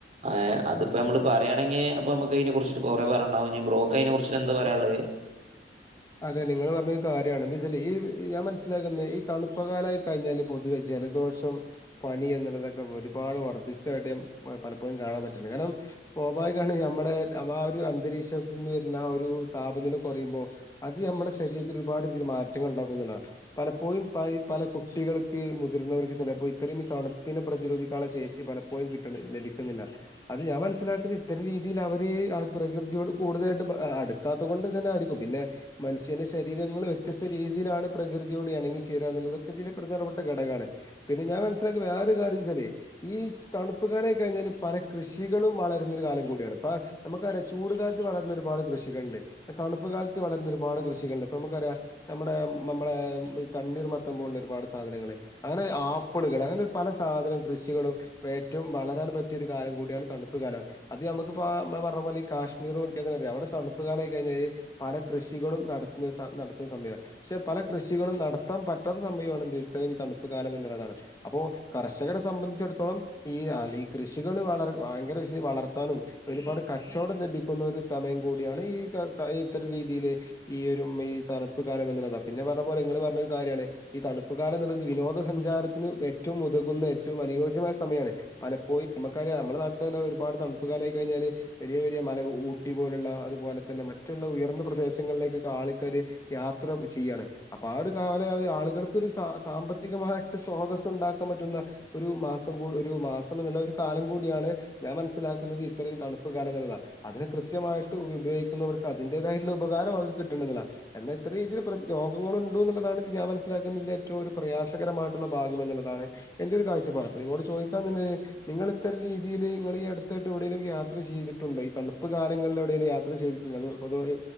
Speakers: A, on the right; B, on the left.
A: ഏഹ് അതിപ്പോ
B: ഉം
A: നമ്മള് പറയാണെങ്കി അപ്പൊ നമുക്ക് അയിന കുറിച്ച് കുറെ പറയാണ്ടാവും, ബ്രോക്ക് അയിനെ കുറിച്ച് എന്താ പറയാള്ളത്?
B: അതെ നിങ്ങള് പറഞ്ഞൊരു കാര്യാണ്. എന്തച്ചാല് ഈ ഞാൻ മനസ്സിലാക്കുന്നത് ഈ തണുപ്പ കാലായി കയിഞ്ഞാല് പൊതുവെ ജലദോഷം, പനി എന്നുള്ളതൊക്കെ ഒരുപാട് വർദ്ധിച്ചതായിട്ട് ഞാൻ പലപ്പോഴും കാണാ പറ്റ്ണ്ട്, കാരണം, സ്വാഭാവികാണ് നമ്മുടെ ആ വാ ഒരു അന്തരീക്ഷത്തിന്ന് വരുന്ന ആ ഒരു താപനില കുറയുമ്പോ, അത് നമ്മടെ ശരീരത്തിലൊരുപാട് രീതിയില് മാറ്റങ്ങൾ ണ്ടാക്കുംന്ന്ള്ളതാണ്. പലപ്പോഴും പയ് പല കുട്ടികൾക്ക്, മുതിർന്നവർക്ക് ചെലേപ്പം ഇത്രയും തണുപ്പ്നെ പ്രതിരോധിക്കാൻള്ള ശേഷി പല പോയും കിട്ടണ ലഭിക്കുന്നില്ല അത് ഞാൻ മനസ്സിലാക്ക്ന്ന ഇത്തര രീതിയില് അവര് ആ പ്രകൃതിയോട് കൂടുതലായിട്ടും അ അട് ക്കാത്തെ കൊണ്ട് തന്നെ ആയിരിക്കും. പിന്നെ മനുഷ്യന്റെ ശരീരങ്ങൾ വ്യത്യസ്ത രീതിയിലാണ് പ്രകൃതിയോട് എണങ്ങി ചേരാന്നുള്ളതൊക്കെ തിന്റെ പ്രധാനപ്പെട്ട ഘടകാണ്. പിന്നെ ഞാ മൻസിലാക്ക്യ വേറൊരു കാര്യന്നെച്ചാലെ ഈ തണ്പ്പ് കാലായി കഴിഞ്ഞാല് പല കൃഷികളും വളരുന്നൊരു കാലം കൂടിയാണ്. പ്പ അമ്മക്കറിയാ ചൂട് കാലത്ത് വളരുന്ന ഒരുപാട് കൃഷികൾണ്ട്, തണ്പ്പു കാലത്ത് വളര്ന്ന ഒരുപാട് കൃഷികള്ണ്ട്, പ്പൊ മ്മക്കറിയാ നമ്മുടെ മമ്മളേ മ് തണ്ണീർ മത്തൻ പോൽള്ളുരുപാട് സാധനങ്ങള് അങ്ങനെ ആപ്പ്ള്കള് അങ്ങനൊരു പല സാധനം കൃഷികളും, പ്പെ ഏറ്റവും വളരാന് പറ്റിയൊരു കാലം കൂടിയാണ് തണുപ്പ് കാലാ. അത് നമുക്ക്പ്പോ മ്മള് പറഞ്ഞ പോലെ ഈ കാശ്മീറ് നോക്ക്യാ തന്നെ അറിയാ. അവ്ടെ തണുപ്പ്‌ കാലായി കഴിഞ്ഞായ് പല കൃഷി ത്തികളും നടത്തുന്ന സ നടത്തുന്ന സമയാ പക്ഷെ പല കൃഷികളും നടത്താം പറ്റാത്ത സമയു ആണ് ന്ത് ഇത്രയും ഈ തണുപ്പ് കാലം എന്ന്ള്ളതാണ്, അപ്പോ കർഷകരെ സംബന്ധിച്ചിടത്തോളം ഈ ആഹ് ഈ കൃഷികള് വളർ ഭയങ്കര കൃഷി വളർത്താനും, ഒരുപാട് കച്ചവടം ലഭിക്കുന്നൊരു സമയം കൂടിയാണ്. ഈ ക ക ഈ ഇത്തരം രീതിയില്, ഈയൊരു മ്മ് ഈ തണ്പ്പ് കാലം എന്ന്ള്ളതാ. പിന്നെ പറഞ്ഞ പോലെ ങ്ങള് പറഞ്ഞ ഒരു കാര്യാണ് ഈ തണുപ്പ് കാലം ന്ന്ള്ളത് വിനോദ സഞ്ചാരത്തിന് ഏറ്റവും ഉതകുന്ന, ഏറ്റവും അനുയോജ്യമായ സമയാണ് പലപ്പോയി നമക്കറിയാ നമ്മളെ നാട്ടിലെന്നെ ഒരുപാട് തണുപ്പുകാലായി കഴിഞ്ഞാല് വെലിയ, വെലിയ മല ഊട്ടി പോലുള്ള അതുപോലെ തന്നെ മറ്റുള്ള ഉയർന്ന പ്രദേശങ്ങളിലേക്കൊക്കെ ആള്ക്കാര്, യാത്ര ചെയ്യാണ്, അപ്പൊ ആ ഒരു കാവല ആളുകൾക്കൊരു സ സാമ്പത്തികമായിട്ട് സ്രോതസുണ്ടാക്കാം പറ്റുന്ന, ഒരു മാസം കൂ ഒരു മാസം എന്നുള്ള ഒരു കാലം കൂടിയാണ്, ഞാൻ മനസ്സിലാക്കുന്നത് ഇത്രയും തണുപ്പ് കാലം നല്ലതാ. അതിന് കൃത്യമായിട്ട് ഉപയോഗിക്കുന്നവർക്ക് അതിന്റേതായിട്ട്ള്ള, ഉപകാരം അവർക്ക് കിട്ട്ന്ന് ളളതാ, എന്നാ ഇത്ര രീതിയിൽ പ്രതി രോഗങ്ങള്ണ്ട് ന്ന്ള്ളതാണ് ഇത് ഞാൻ മനസ്സിലാക്കുന്നതിന് ഏറ്റവും ഒരു പ്രയാസകരമായിട്ട്ള്ള ഭാഗം എന്ന്ള്ളതാണ്. എന്റെ ഒരു കാഴ്ചപ്പാട്, അപ്പൊ നിങ്ങളോട് ചോയിക്കാൻ നിന്നത് നിങ്ങള് ഇത്തര ഒര് രീതിയില് ങ്ങള് ഈ അട്ത്തായിട്ട് എവ്ടേലും യാത്ര ചെയ്തിട്ടുണ്ടൊ ഈ തണുപ്പ് കാലങ്ങളൊവ്ടേലും യാത്ര ചെയ്തിട്ടുണ്ടോ അതോ? പൊതുവെ